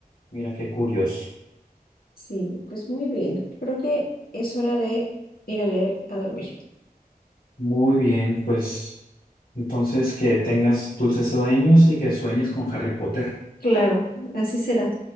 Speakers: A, on the left; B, on the left.
A: Mira qué curioso.
B: Sí, pues muy bien. Creo que es hora de ir a leer a dormir.
A: Muy bien, pues entonces que tengas dulces sueños y que sueñes con Harry Potter.
B: Claro, así será.